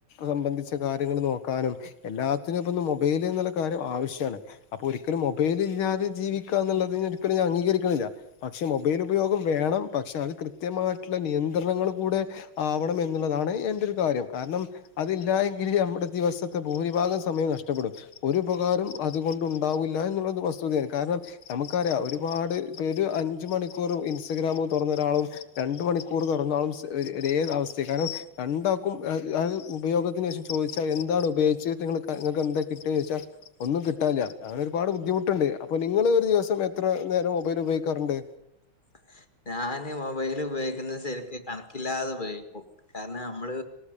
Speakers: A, on the left (about 85°); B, on the left (about 25°).
A: സംബന്ധിച്ച കാര്യങ്ങൾ നോക്കാനും എല്ലാത്തിനും ഇപ്പ മൊബൈൽ എന്നുള്ള കാര്യം ആവശ്യമാണ് അപ്പൊ ഒല ഒരു മൊബൈൽ ഇല്ലാതെ ജീവിക്കുക എന്നുള്ളത് ഒരിക്കും ാൻ അംഗീകരിക്കുന്നില്ല പക്ഷെ മൊബൈൽ ഉപയോഗം വേണം പക്ഷെ അത് കൃത്യമായിട്ടുള്ള നിയന്ത്രണങ്ങൾ കൂടെ ആവണം എന്നുള്ളതാണ് എന്റെ ഒരു കാര്യം കാരണം അതില്ല എങ്കില് നമ്മുടെ ദിവസത്തെ ഭൂരിഭാഗം സമയം നഷ്ടപ്പെടും ഒരുപകാരം അതുകൊണ്ട് ഉണ്ടാവൂില്ല എന്നുള്ള വസ്തുതയാണ് കാരണം നമുക്കറിയാം ഒരുപാട് ഒരു അഞ്ച മണിക്കൂർ ഇൻസ്റ്റഗ്രാമ തുറന്ന ഒരാളും രണ്ട മണിക്കൂർ തുറന്നാളും അവസ്ഥ കാരണം രണ്ടാക്കും ഉപയോഗത്തിനന് ശേഷം ചോദിച്ചാൽ എന്താണ് ഉപയോഗി നി നിങ്ങൾക്ക് എന്താ കിട്ടന്ന് ചോദിച്ചാൽ ഒന്നും കിട്ടാനില്ല അങ്ങനെ ഒരുപാട് ബുദ്ധിമുട്ടുണ്ട് അപ്പൊ നിങ്ങള് ഒരു ദിവസം എത്ര നേരം മൊബൈൽ ഉപയോഗിക്കാറുണ്ട്
B: <inaudible> ഞാന് മൊബൈൽ ഉപയോഗിക്കുന്നത് ശക്ക് കണക്കില്ലാതെ ഉപയോഗിക്കും കാരണം നമ്മള്